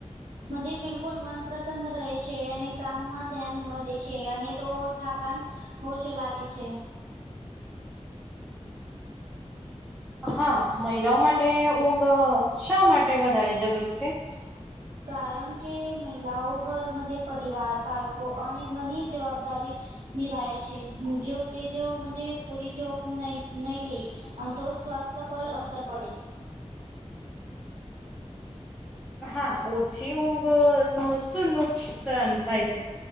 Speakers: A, on the right; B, in the centre.
A: મજે બિલકુલ મન પ્રસન્ન રહે છે. અને કામમાં ધ્યાન વધે છે. અને તો થાકાન ઓછો લાગે છે.
B: હા મહિલાઓ માટે ઊંઘ શા માટે વધારે જરૂરી છે?
A: <inaudible> કારણ કે મહિલાઓ ઘરમાં જે પરિવાર, બાળકો અને ઘરની જવાબદારી. નિભાય છે. જો તે જોજ મજે પૂરી જોબ ન નહી લે. અને તો સ્વાસ્થ્ય પર અસર પડે.
B: હા ઓછી ઊંઘ નું શું નુકસાન થાય છે?